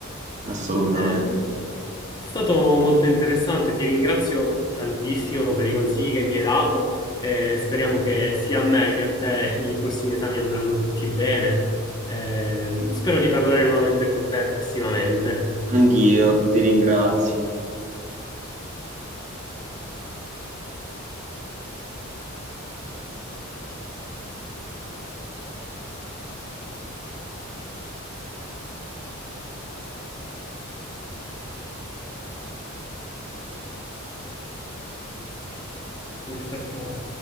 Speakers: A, on the right; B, on the left.
A: assolutamente.
B: Eh, è stato molto interessante, ti ringrazio tantissimo per i consigli che mi hai dato e speriamo che sia a me che a te <laughs> i prossimi esami andranno tutti bene. Eh, spero di parlare nuovamente con te prossimamente.
A: Anch'io ti ringrazio.
B: Puoi staccare.